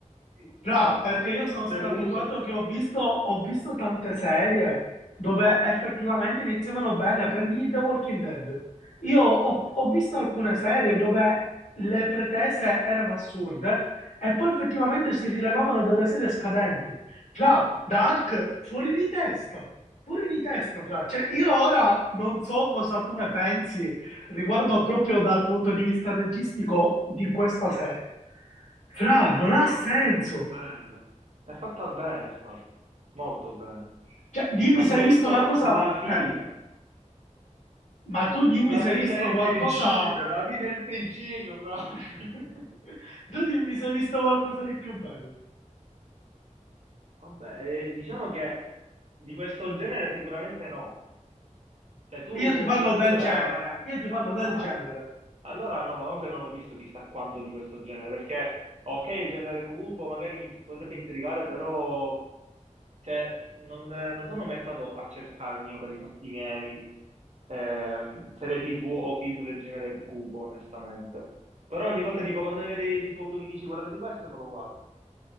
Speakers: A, on the right (about 60°); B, on the left (about 65°).
A: sì,
B: Tra, perché io sono
A: deluso.
B: stato abituato che ho visto, ho visto tante serie dove effettivamente iniziavano bene. Prendi The Walking Dead. Io ho, ho visto alcune serie dove le pretese erano assurde e poi effettivamente si rilevavano delle serie scadenti. Tra, Dark, fuori di testa. Fuori di testa, fra. Cioè, io ora non so cosa tu ne pensi riguardo proprio dal punto di vista registico di questa serie. Fra, non ha
A: No,
B: senso.
A: è, è bello. È fatta bene, infatti, molto bene.
B: Cioè, dimmi
A: Ma
B: se
A: soprattutto
B: hai visto una cosa,
A: la fine.
B: eh, ma tu dimmi
A: La
B: se
A: fine
B: hai visto
A: è il
B: qualcosa,
A: principio, la fine è il principio, però.
B: <laughs>
A: <laughs>
B: tu dimmi se hai visto qualcosa di più bello.
A: Vabbè, eh, diciamo che di questo genere sicuramente no. Cioè, tu
B: Io ti parlo
A: considera...
B: del genere, io ti parlo
A: Ah,
B: del genere.
A: al- allora no, ma comunque non ho visto chissà quanto di questo genere, perché ok, il genere cupo magari mi potrebbe intrigare, però cioè, non, eh, non sono mai stato a cercarmi io per i fatti miei ehm, serie TV o film del genere cupo, onestamente. Però ogni volta tipo quando magari, tipo, tu mi dici guardate questo, me lo guardo.